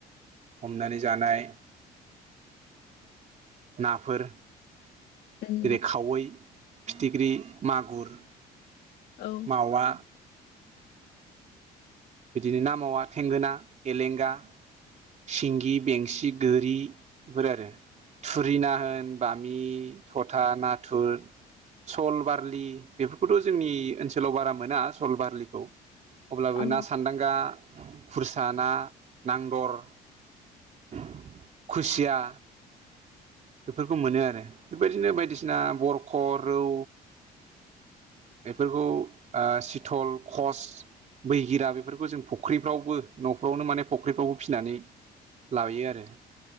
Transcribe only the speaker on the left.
उम
औ
अ